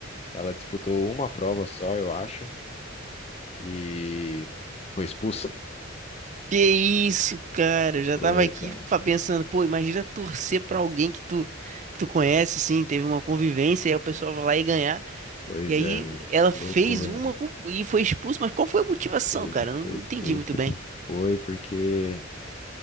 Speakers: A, on the left (about 30°); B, on the right (about 35°).
A: ela disputou uma prova só, eu acho, e foi expulsa?
B: Que isso, cara? Eu já
A: Foi,
B: tava aqui
A: cara.
B: fa- pensando, pô, imagina torcer pra alguém que tu, que tu conhece, assim, teve uma convivência, e aí o pessoal vai lá e ganhar.
A: Pois
B: E aí
A: é, mano.
B: ela fez
A: Loucura.
B: uma com- e foi expulso, mas qual foi a motivação,
A: Foi,
B: cara? Eu
A: foi
B: Não
A: expulsa.
B: entendi muito bem.
A: Foi porque